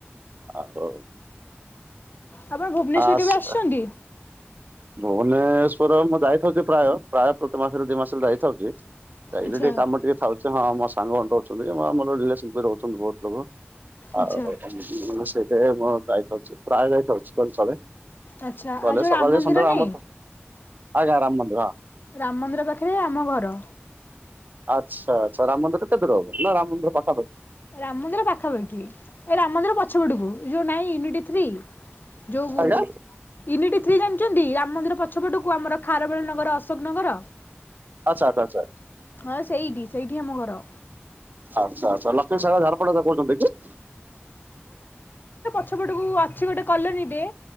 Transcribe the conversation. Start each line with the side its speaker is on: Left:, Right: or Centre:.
Right: ଆଉ
Left: ଆପଣ ଭୁବନେଶ୍ୱର
Right: ଆ ଆସ
Left: କେବେ ଆସିଛନ୍ତି?
Right: ଭୁବନେଶ୍ୱଵର ମୁଁ ଯାଇଥାଉଚି ପ୍ରାୟ ପ୍ରାୟ ପ୍ରତି ମାସରେ ଦି ମାସରେ ମୁଁ ଯାଇଥାଉଚି। ଯାଇଚି
Left: ଆଚ୍ଛା
Right: ଟିକେ କାମ ଟିକେ ଥାଉଚି ହଁ ମୋ ସାଙ୍ଗମାନେ ବି ରହୁଛନ୍ତି ମୋର ରହୁଚନ୍ତି ବହୁତ ଲୋକ ଆଉ
Left: ଆଚ୍ଛା
Right: ସେଇଥି ପାଇଁ ମୁଁ ଯାଇ ଥାଉଛି ପ୍ରାୟ ଯାଇ ହଉଛି କଥରେ।
Left: ଆଚ୍ଛା
Right: ଗଲେ
Left: ଆଉ ଯୋଉ
Right: ସକାଳେ
Left: ରାମ ମନ୍ଦିର
Right: ଯାଇ ସନ୍ଧ୍ୟବେଳେ
Left: ନାଇଁ
Right: ଆମ ଆଜ୍ଞା ଆରାମ ମନ୍ଦିର ହଁ।
Left: ରାମ ମନ୍ଦିର ପାଖରେ ଆମ ଘର।
Right: ଆଚଛା ଆଚ୍ଛା ରାମ ମନ୍ଦିରରୁ କେତ ଦୂର ହବ, ନା ରାମ ମନ୍ଦିରେ ପାଖା ପାଖି?
Left: ରାମ ମନ୍ଦିର ପାଖାପାଖି ଏ ରାମ ମନ୍ଦିର ପଛପଟକୁ, ଏ ଯୋଉ ନାଇଁ? ଯୋଉ
Right: ଆଜ୍ଞା
Left: ନି ଥ୍ରୀ ଜାଣିଛନ୍ତି, ରାମ ମନ୍ଦିର ପଛପଟ ଆମର ଖାରବେଳ ନଗର ଅଶୋକ ନଗର,
Right: ଆଚ୍ଛା ଆଚ୍ଛା ଆଚ୍ଛା
Left: ହଁ ସେଇଠି ସେଇଠି ଆମ ଘର।
Right: ଆଛା ଆଛା ଲକ୍ଷ୍ମୀ ସାଗର ଝାରପଡା କହୁଛନ୍ତି କି?
Left: ଛପଟକୁ ଅଛି ଗୋଟେ କଲନୀଟିଏ